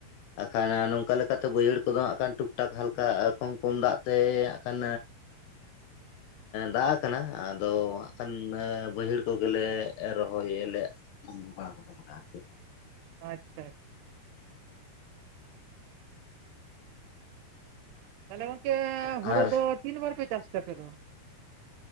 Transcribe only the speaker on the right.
<unintelligible> ᱛᱟᱦᱚᱞᱮ ᱜᱚᱢᱠᱮ
ᱦᱳᱲᱳ ᱫᱚ ᱛᱤᱱ ᱵᱟᱨ ᱯᱮ ᱪᱟᱥ ᱛᱮ ᱟᱯᱮ ᱫᱚ?